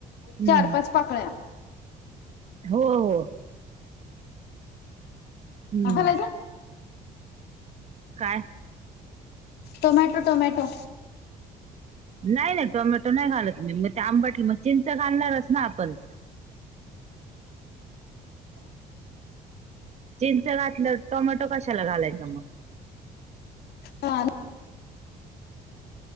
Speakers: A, on the right; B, on the left.
A: हम्म
B: चार पाच पाकळ्या
A: हो हो. हम्म
B: घालायचा
A: काय.
B: Tomato tomato.
A: नाही नाही टोमॅटो नाही घालत मी, मग ते आंबट हुईलं मग चिंच घालणारच ना आपण चिंच घातलं, टोमॅटो कशाला घालायचं मग.
B: हा.